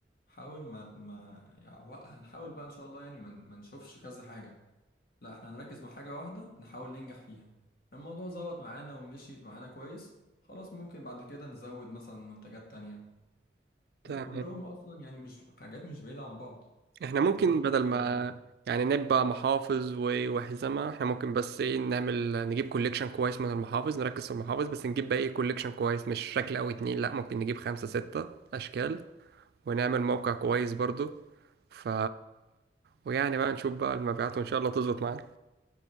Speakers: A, on the left; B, on the right.
A: حاول ما ما يعني هو- هنحاول بقى ان شاء الله يعني ما ن- ما نشوفش كذا حاجة لا احنا هنركز مع حاجة واحدة نحاول ننجح فيها الموضوع ظبط معانا ومشيت معانا كويس خلاص ممكن بعد كده نزود مثلا منتجات تانية
B: تمام
A: وكلهم اصلا يعني مش حاجات مش بعيدة عن بعض
B: احنا ممكن
A: كلهم حاجات
B: بدل
A: شبه
B: ما
A: بعض
B: يعني نبقى محافظ و- وحزمة احنا ممكن بس ايه نعمل نجيب كوليكشن كويس من المحافظ نركز في المحافظ بس نجيب بقى ايه كوليكشن كويس مش شكل او اتنين لا ممكن نجيب خمسة ستة اشكال ونعمل موقع كويس برضو ف ويعني بقى نشوف بقى المبيعات وان شاء الله تظبط معانا